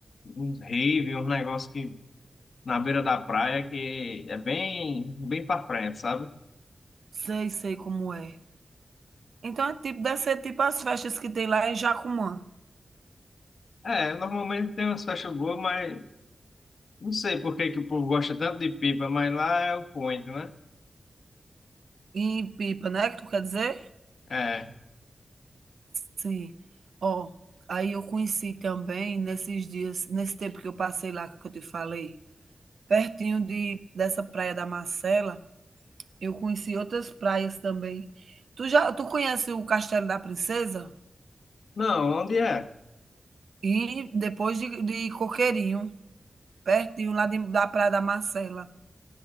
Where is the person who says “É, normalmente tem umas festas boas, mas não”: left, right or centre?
Left